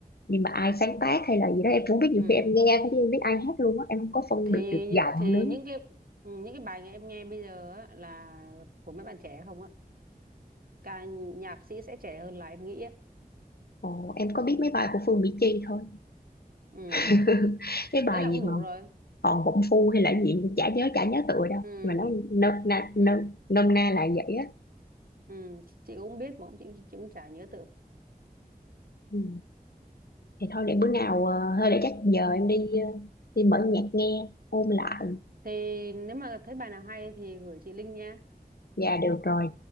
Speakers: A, on the left (about 80°); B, on the right (about 65°).
A: nhưng mà ai sáng tác hay là gì đó em cũng biết nhiều
B: ừ.
A: khi em nghe thôi chứ em biết ai hát luôn á em không có phân
B: thì
A: biệt được giọng
B: thì
A: nữa
B: những cái ừ, những cái bài em nghe bây giờ á, là của mấy bạn trẻ không á ca nhạc sĩ sẽ trẻ hơn là em nghĩ á
A: Ồ, em có biết mấy bài của Phương Mỹ Chi thôi
B: ừ.
A: <laughs> cái bài
B: thế là cũng
A: gì
B: đủ
A: mà
B: rồi
A: còn bụng phu hay là cái gì chả nhớ chả nhớ tựa đâu
B: ừ.
A: mà nó nôm na
B: Ừ.
A: nôm, nôm na là vậy á
B: Ừ. chị cũng biết mà cũng chị, chị cũng chả nhớ tưởng
A: ừ. thì thôi để bữa nào ờ, thôi để chắc giờ em đi ờ, đi mở nhạc nghe ôn lại
B: thì nếu mà thấy bài nào hay thì gửi chị link nha
A: dạ được rồi